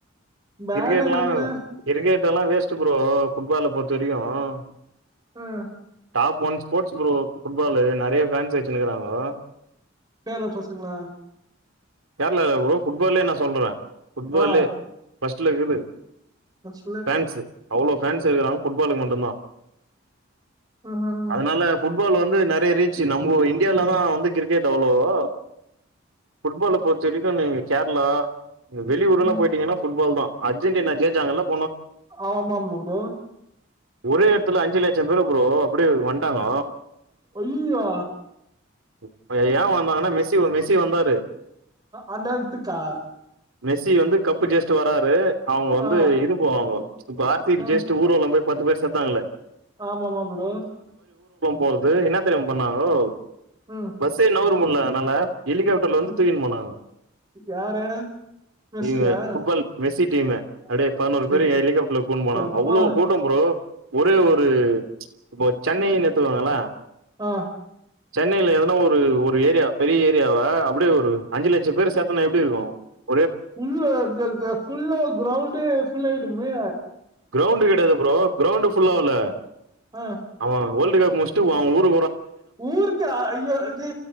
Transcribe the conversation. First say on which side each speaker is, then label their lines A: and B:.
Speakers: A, on the right (about 20°); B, on the right (about 85°).
A: பேனர்
B: கிரிக்கெட் எல்லா
A: என்ன?
B: கிரிக்கெட் எல்லா வேஸ்ட்டு ப்ரோ ஃபுட்பால பொறுத்த வரைக்கு ஆஹ்
A: ஆஹ்
B: top one sports bro football நெறைய ஃபேன்ஸ் வச்சுன்னுருக்குறாங்கோ
A: கேர்ளா பசங்களா
B: கேரளால ப்ரோ ஃபுட்பாலே நா சொல்லுறே ஃபுட்பாலு
A: ஆ.
B: ஃபஸ்ட்ல இருக்குது
A: <unintelligible>
B: ஃபேன்ஸு அவ்ளோ ஃபேன்ஸ் இருக்கிறாங்க ஃபுட்பாலுக்கு மட்டும்தா
A: ம்ஹ்ம்.
B: அதனால ஃபுட் ஃபுட்பால் வந்து நெறைய ரீச்சு நம்ம இந்தியால தா வந்து கிரிக்கெட் அவ்வளோவோ ஃபுட்பாலு ப்பொறுத்த வரைக்கு நீங்க கேரளா நீங்க வெளி ஊர் எல்லா
A: ம்.
B: போயிட்டீங்கன்னா ஃபுட்பால் தா அர்ஜென்டீனா ஜெய்ச்சாங்கல்லப்
A: ஆமா ப்ரோ
B: ஒரே எடத்துல அஞ்சு லட்ச பேரு ப்ரோ அப்டியே வட்டாங்க
A: ஐயயோ
B: உ எ ஏ வந்தாங்கன்னா மெசி வ மிஸ் மெஸ்ஸி வந்தாரு
A: அந்த எடத்துக்கா
B: மெஸ்ஸி வந்து கப்பு ஜெயிசுட்டு வராரு அவுங்க வந்து
A: ஆ
B: இது போவாங்க இப்போ ஆர் சி பி
A: ஆ
B: ஜெஷ்ட்டு ஊர்வலம் போய் பத்து பேர் செத்தாங்கள
A: ஆமாமா ப்ரோ
B: போறது என்ன தெரியுமா பண்ணாங்கோ
A: ம்
B: பசே நவுர முல்ல அதனால எலிகாப்டர்ல வந்து
A: ம்
B: தூக்கிட்டு போனாங்க
A: யாரு மெஸ்ஸியா
B: நீங்க புட்பால் வேஸ் சி டீம்ம
A: ஆ
B: அடே பதினோரு
A: சரி
B: பேரு ஹெலிகாப்டர்ல கூன் போனாங்க
A: எப்பா
B: அவ்ளோ கூட்டம் ப்ரோ ஒரே ஒரு இப்ப சென்னைன்னு எடுத்துக்கோங்கள
A: ஆஹ்
B: சென்னையில எதனா ஒரு ஒரு ஏரியா பெரிய ஏரியாவ அப் ஒரே ஒரு அஞ்சு லட்சம் பேரு சேத்தனா எப் ப்படியிருக்கு
A: ஃபுல்லு க்க-க்க ஃபுல்லே கிரௌண்டே ஃபுல்லாயிடுமே
B: கிரௌண்ட் கெடையாது ப்ரோ கிரௌண்ட் ஃபுல்லால்ல
A: ஆ
B: அவ அ வேர்ல்ட் கப் முடிச்சுட்டு அவ ஊரு
A: ஊருக்கு ஐயோ அது